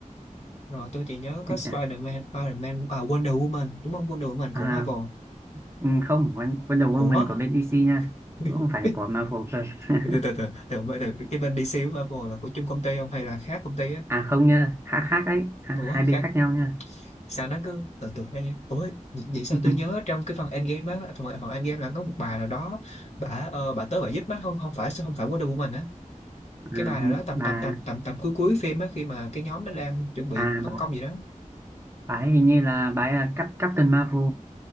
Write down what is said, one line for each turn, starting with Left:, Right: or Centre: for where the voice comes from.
Left: Rồi tôi chỉ nhớ có
Right: Anh
Left: Spider-Man,
Right: chả-
Left: Spider-Man, à Wonder Woman, đúng không? Wonder Woman
Right: À,
Left: của Marvel.
Right: ừ, không, Won- Wonder
Left: Ủa?
Right: Woman của bên DC nha.
Left: <laughs>
Right: Cũng không phải của Marvel cơ. <laughs>
Left: Từ từ từ, từ, từ, từ, từ cái bên DC của Marvel là của chung công ty không hay là khác công ty á?
Right: À không nha, khác khác đấy, Ha-
Left: Ủa,
Right: hai bên
Left: khác.
Right: khác nhau nha.
Left: Sao nó cứ từ từ mấy Ủa, vậy sao
Right: <laughs>
Left: tôi nhớ trong cái phần Endgame á, phần, phần Endgame là có một bà nào đó, bà ờ, bà tới bà giúp á, không không phải không phải Wonder Woman á.
Right: À,
Left: Cái bà nào đó tầm
Right: bà,
Left: tầm tầm tầm tầm cuối cuối phim á khi mà cái nhóm nó đang chuẩn bị
Right: à, bà,
Left: tấn công gì đó
Right: bà ấy hình như là bà ấy là Cap- Captain Marvel.